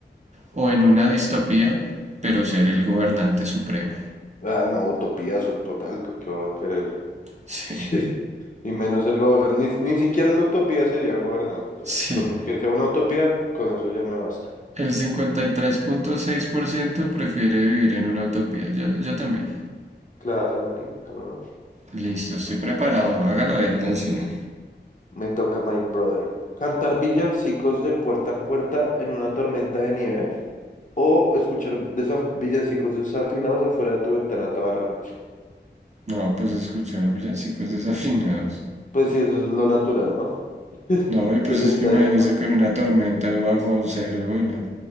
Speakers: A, on the right; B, on the left.
A: ¿O en una distopía, pero ser el gobernante supremo?
B: Ay, no, utopiazo total, que, que va a querer. <laughs>
A: <laughs> Sí,
B: Sí. Y menos ser gobernante, ni, ni siquiera en la utopía sería gobernante, o sea,
A: sí.
B: con que sea una utopía, con eso ya me basta.
A: El 53.6% prefiere vivir en una utopía. Yo, yo también.
B: Claro, marica, cómo no.
A: Listo, estoy preparado. Hágala ver, dánsela.
B: Me toca My Brother. Cantar villancicos de puerta en puerta en una tormenta de nieve o escuchar desa- villancicos desafinados afuera de tu ventana toda la noche.
A: No, pues escuchar villancicos desafinados.
B: Pues sí, eso es lo natural, ¿no?
A: No, y pues
B: sesenta
A: es que imagínese
B: y diez por
A: con una tormenta bajo cero, uy, no.